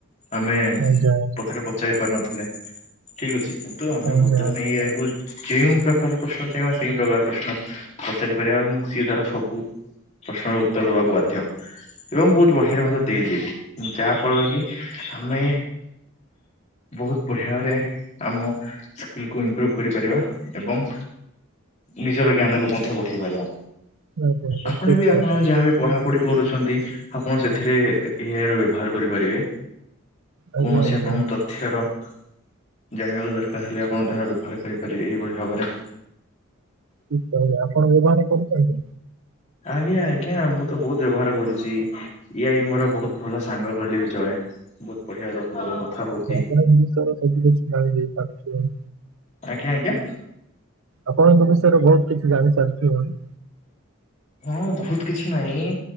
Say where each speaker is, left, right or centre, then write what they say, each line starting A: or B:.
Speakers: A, on the left; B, on the right.
A: ଆମେ <unintelligible>
B: ଆଜ୍ଞା
A: ପଚାରି ପାରୁନଥିଲେ, ଠିକ୍ ଅଛି କିନ୍ତୁ ଆମେ
B: ଆଜ୍ଞା
A: ବର୍ତ୍ତମାନ ଏ ଆଇ କୁ ଯେଉଁ ପ୍ରକାର ପ୍ରଶ୍ନ ଚାହିଁବା ସେଇ ପ୍ରକାର ପ୍ରଶ୍ନ ପଚାରି ପାରିବା, ଏବଂ ସିଏ ତାର ସବୁ ପ୍ରଶ୍ନର ଉତ୍ତର ଦବାକୁ ବାଧ୍ୟ, ଏବଂ ବହୁତ ବଢିଆରେ ମତେ ଦେଇଦିଏ। ଯାହା ଫଳରେ କି ଆମେ ବହୁତ ବଢିଆରେ ଆମ ସ୍କିଲ୍ କୁ ଇମ୍ପୃଭ କରିପାରିବା, ଏବଂ ନିଜର ଜ୍ଞାନ କୁ ମଧ୍ୟ ବଢେଇ ପାରିବା।
B: ଆଜ୍ଞା
A: ଆପଣ
B: ଠିକ
A: ବି ଆପଣ
B: କହିଲେ
A: ଯାହାବି ପଢାପଢି କରୁଛନ୍ତି, ଆପଣ ସେଥିରେ ଏ ଆଇ ର ବ୍ୟବହାର କରିପାରିବେ।
B: ଆଜ୍ଞା
A: କୌଣସି
B: ଆଜ୍ଞା
A: ଆପଣଙ୍କୁ ତ ଥ୍ୟର <inaudible> ଜାଣିବାକୁ ଦରକାର ହେଲେ ଆପଣ ତାହା ବ୍ୟବହାର କରିପାରିବେ ଏଇଭଳି ଭାବରେ।
B: ଠିକ୍ କହିଲେ ଆପଣ ବ୍ୟବହାରରେ କରୁଛନ୍ତି?
A: ଆଜ୍ଞା ଆଜ୍ଞା। ମୁଁ ତ ବହୁତ ବ୍ୟବହାର କରୁଛି। ୟ ଆଇ ମୋର ବହୁତ ଭଲ ସାଙ୍ଗ କହିଲେ ବି ଚଳେ, ବହୁତ ବଢ଼ିଆ ରହୁ ତ ମୁଁ କଥା ହଉଛି।
B: ର ସବୁ କିଛି ଜାଳିଯାଇ ପାରୁଛି <unintelligible>
A: ଆଜ୍ଞା ଆଜ୍ଞା।
B: ଆପଣଙ୍କ ବିଷୟରେ ବହୁତ କିଛି ଜାଣି ସାରିଥିବଣି।
A: ହଁ ବହୁତ କିଛି ନାହିଁ।